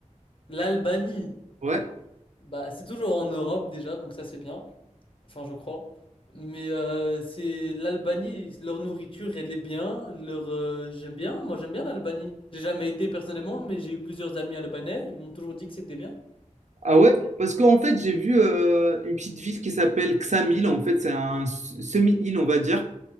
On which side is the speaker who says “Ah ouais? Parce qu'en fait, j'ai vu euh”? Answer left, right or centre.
Right